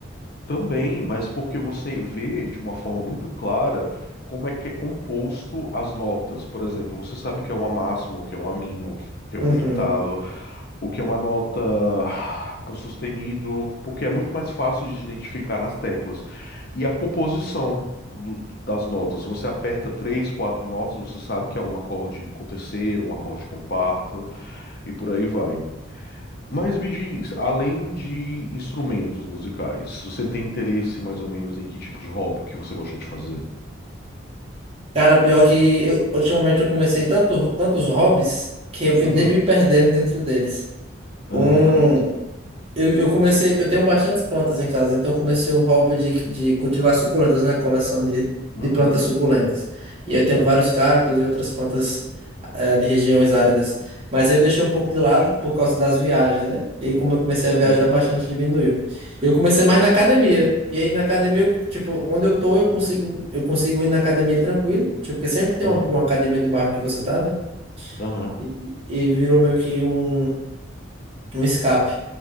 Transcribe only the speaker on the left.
Também, mas porque você vê de uma forma muito clara como é que é composto as notas. Por exemplo, você sabe o que é uma máxima, o que é uma mínima, o que é
uma oitava, o que é uma nota com sustenido, porque é muito mais fácil de identificar nas teclas. E a composição do- das notas. Você aperta três, quatro notas, você sabe que é um acorde com terceira, um acorde com quarta, e por aí vai. Mas me diz, além de instrumentos musicais, você tem interesse mais ou menos em que tipo de hobby, o que você gosta de fazer?
Uhum.
Aham,
mas.
Uhum.
Uhum.
Entendi.
Uhum.
Aham.
Aham.